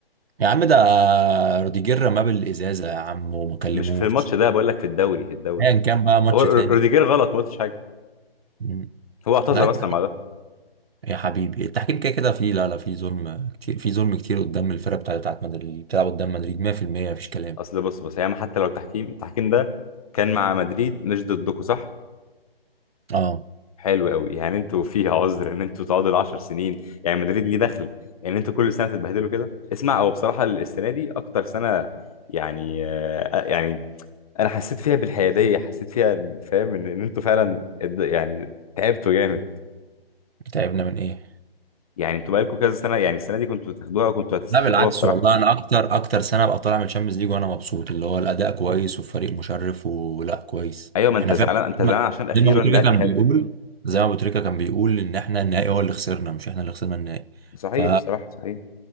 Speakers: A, on the right (about 75°); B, on the left (about 35°).
A: يا عم ده روديجير رماه بالازازة يا عم وما كلموش
B: مش في الماتش ده بقول لك في الدوري في الدوري
A: ايا كان بقى ماتش
B: هو ر-
A: تاني
B: روديجير غلط ما قلتش حاجه
A: مم.
B: هو اعتذر
A: لا
B: اصلا بعدها
A: يا حبيبي التحكيم كده كده فيه لا لا فيه ظلم كتير فيه ظلم كتير قدام الفرقه بتاعت بتاعت مدريد اللي بتلعب قدام مدريد 100% مفيش كلام
B: اصل بص بص ياما حتى لو تحكيم التحكيم ده كان مع مدريد مش ضدكم صح
A: اه
B: حلو قوي يعني انتوا فيها عذر ان انتوا تقعدوا العشر سنين يعني مدريد ليه دخل ان انتوا كل سنه تتبهدلوا كده اسمع هو بصراحه السنه دي اكتر سنه يعني آه، آه، يعني انا حسيت فيها بالحياديه حسيت فيها فاهم ان ان انتوا فعلا اد- يعني تعبتوا جامد
A: تعبنا من ايه
B: يعني انتوا بقالكم كذا سنه يعني السنه دي كنتوا تاخدوها وكنتوا هتستحقوها
A: لا بالعكس
B: بصراحه
A: والله انا اكتر اكتر سنه ابقى طالع من الشامبيونز ليج وانا مبسوط اللي هو الاداء كويس والفريق مشرف ولا كويس
B: ايوه ما انت
A: احنا
B: زعلان
A: فعلا
B: انت
A: زي
B: زعلان
A: ما
B: عشان اخيرا
A: زي ما ابو تريكه
B: لعبت
A: كان
B: حلو
A: بيقول زي ما ابو تريكه كان بيقول ان احنا النهائي هو اللي خسرنا مش احنا اللي خسرنا النهائي
B: صحيح
A: ف
B: بصراحه صحيح